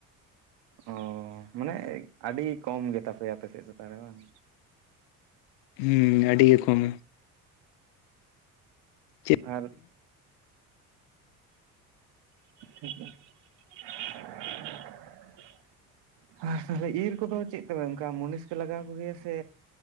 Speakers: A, on the right (about 65°); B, on the left (about 70°).
A: ᱚ ᱢᱟᱱᱮ ᱟᱹᱰᱤ ᱠᱚᱢ ᱜᱮᱛᱟᱯᱮᱭᱟ ᱟᱯᱮ ᱥᱮᱫ ᱛᱟᱷᱞᱮ ᱵᱟᱝ᱾
B: ᱦᱩᱸ ᱟᱹᱰᱤ ᱜᱮ ᱠᱚᱢ ᱪᱮᱫ
A: ᱟᱨ <unintelligible> ᱟᱨ ᱤᱨ ᱠᱚᱫᱚ ᱪᱮᱫ ᱛᱮᱯᱮ ᱚᱱᱠᱟ ᱢᱩᱱᱤᱥ ᱯᱮ ᱞᱟᱜᱟᱣ ᱥᱮ᱾